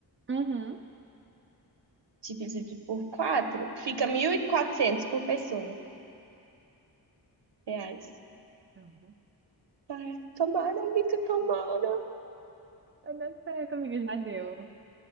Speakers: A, on the right; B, on the right.
A: Uhum.
B: dividido por 4. fica 1.400 por pessoa. reais.
A: Pronto.
B: Ai, tomara, amiga, tomara.
A: Vai dar certo, amiga, já deu.